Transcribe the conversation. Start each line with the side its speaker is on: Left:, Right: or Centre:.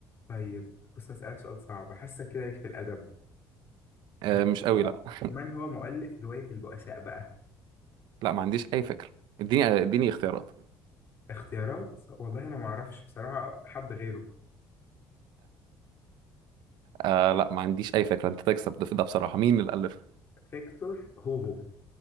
Left: طيب بص اسالك سؤال صعب حاسه كده ليك في الادب
Right: آه
Left: من
Right: مش قوي
Left: هو
Right: لا <laughs>
Left: من هو مؤلف روايه البؤساء بقى
Right: لا ما عنديش اي فكرة اديني اديني اختيارات
Left: اختيارات والله انا ما اعرفش بصراحه حد غيره
Right: آه لا ما عنديش اي فكرة انت تكسب ده, ده بصراحة مين اللي ألفها
Left: فيكتور هوغو